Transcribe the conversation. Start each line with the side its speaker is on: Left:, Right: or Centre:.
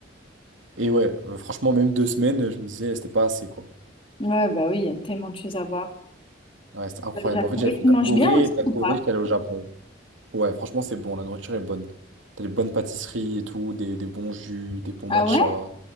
Right: et ouais, euh, franchement, même deux semaines, je me disais, c'était pas assez, quoi.
Left: Ouais, bah oui, il y a tellement de choses à voir.
Right: Ouais, c'était incroyable.
Left: Bah, le Japon.
Right: En fait, j'avais
Left: Et
Right: fait
Left: tu
Right: la
Left: manges
Right: Corée,
Left: bien aussi
Right: et de la
Left: ou
Right: Corée,
Left: pas?
Right: j'étais allé au Japon. Ouais, franchement, c'est bon, la nourriture est bonne. T'as des bonnes pâtisseries et tout, des, des bons jus, des bons
Left: Ah
Right: matchas.
Left: ouais?